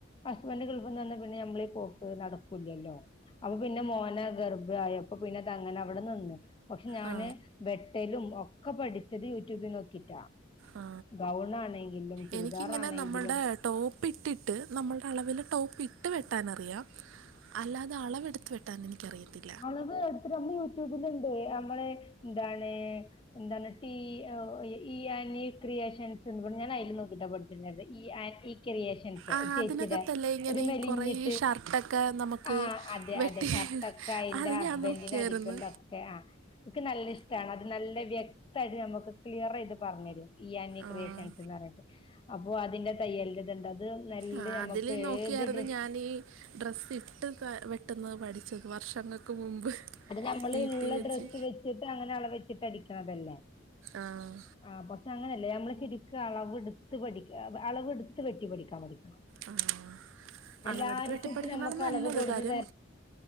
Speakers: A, on the left; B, on the right.
A: ഹസ്ബൻ്റ് ഗൾഫിന്ന് വന്ന പിന്നെ ഞമ്മള ഈ പോക്ക് നട ക്കൂലല്ലോ അപ്പൊ പിന്നെ മോനെ ഗർഭായി അപ്പൊ പിന്നെ തങ്ങനെ അവിടെ നിന്ന് പക്ഷെ ഞാന്
B: ആ
A: വെട്ടലും ഒക്ക പഠിച്ചത് യൂട്യൂബിൽ നോക്കിട്ടാ.
B: ആ
A: ഗൗൺ ആണെങ്കിലും ചുരിദാർ
B: എനിക്കിങ്ങനെ
A: ആണെങ്കിലും
B: നമ്മളുടെ ടോപ്പ് ഇട്ടിട്ട് നമ്മളുടെ അളവില് ടോപ്പ് ഇട്ട് വെട്ടാനറിയാം അല്ലാതെ അളവെടു വേട്ടാനിനിക്കറിയത്തില്ല.
A: മൊളക് എത്ര യൂട്യൂബിലുണ്ട് നമ്മള് എന്താണ് എന്താണ് ടീ ഇ ആനി ക്രിയേഷൻസ് എഹ് ഞാൻ അതിൽ നോക്കിട്ടാ പ ക്ക്ന്നത് ഈ ആഹ് ക്രിയേഷൻസ്
B: ആഹ്
A: ചേച്ചിടെ
B: അതിനകത്തല്ലേ ഇങ്ങനെ
A: ഒരു മെലിഞ്ഞിട്ട്.
B: ഈ കൊറേ ഈ ഷർട്ടൊക്കെ നമുക്ക്
A: ആഹ് അതെ
B: വെട്ടി
A: അതെ ഷർട്ടൊക്ക അയിന്റെ
B: അത്
A: ഹസ്ബൻറിന്
B: ഞാൻ നോക്കിയായിരുന്നു
A: അടിക്കണ്ട ഓക്കെ ആഹ് ഇൻക്ക് നല്ല ഇഷ്ടാണ് അത് നല്ല വ്യക്തായിട്ട് നമ്മുക്ക് ക്ലിയർ ചെയ്ത് പറഞ്ഞു തരും. ഇ ആനി
B: ആഹ്
A: ക്രിയേഷൻസ്ന്നർഞ്ട്ട്. അപ്പൊ അതിന്റെ തയ്യൽന്റെതുണ്ട് അത് നല്ല
B: ആഹ് അതില്
A: മക്ക്
B: നോക്കിയായിരുന്നു
A: ഏത് ഡ്ര
B: ഞാനീ ഡ്രസ്സ് ഇട്ട് വെട്ടന്നെ പഠിച്ച്ക്ക് വർഷങ്ങൾക്ക് മുമ്പ്
A: അത് നമ്മൾ
B: വീട്ടി
A: ള്ള
B: വെച്ച്
A: ഡ്രസ്സ് വെച്ചിട്ട് അങ്ങനെ അളവെച്ചിട്ട് അടിക്കണതല്ലേ?
B: ആഹ്
A: ആഹ് പക്ഷെ അങ്ങനെയല്ലേ ഞമ്മള് ശെരിക്കും അളവ്ടുത്ത് പഠി അളവെടുത്ത് വെട്ടി പഠിക്കാൻ പഠിക്കണം.
B: ആഹ്
A: എല്ലാർക്കും
B: അളവെടുത്ത് വെട്ടിപ്പഠിക്ക്ന്നാണ്
A: ഇപ്പൊ നമ്മക്ക്
B: നല്ലത്
A: അളവ് കൊടുന്ന്
B: കാര്യം